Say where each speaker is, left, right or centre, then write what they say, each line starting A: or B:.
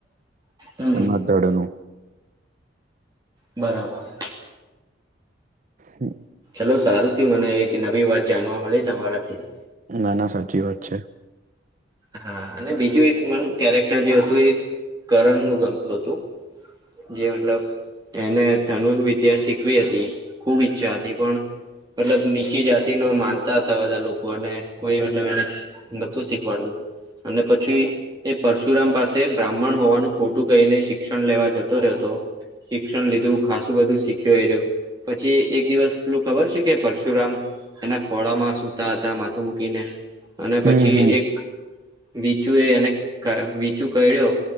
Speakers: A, on the right; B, on the right.
A: હમ
B: એમના ધડનું
A: બરાબર.
B: હમ.
A: હલો સારું થયું મને એક નવી વાત જાણવા મળી તમારાથી
B: ના ના સાચી વાત છે.
A: હા અને બીજું એક મારું કેરેક્ટર જે હતું. એ કરણનું ગમતું હતું. જે મતલબ એને ધનુર વિદ્યા શીખવી હતી ખુબ ઈચ્છા હતી પણ મતલબ નીચી જાતિનુ માનતા હતા. બધા લોકોને કોઈ મતલબ એને નતું શીખવાડતું. અને પછી એ પરશુરામ પાસે બ્રાહ્મણ હોવાનું ખોટું કહીને શિક્ષણ લેવા જતો રહેતો. શિક્ષણ લીધું ખાસું બધું શીખ્યો એરયો પછી એક દિવસ પેલું ખબર છે, કે પરશુરામ એના ખોળામાં સુતા હતા માથું મૂકીને અને
B: હમ
A: પછી
B: હમ
A: એક વિચુ એ એને કા વિચુ કરડ્યો.